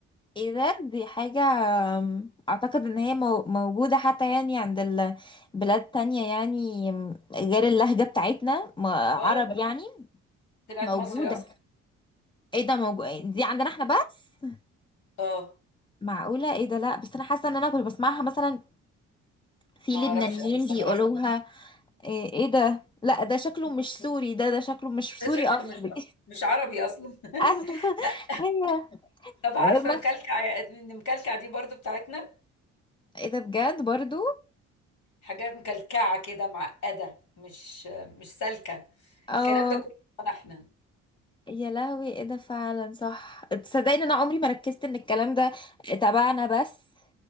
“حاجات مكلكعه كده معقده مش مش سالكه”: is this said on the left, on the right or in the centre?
Left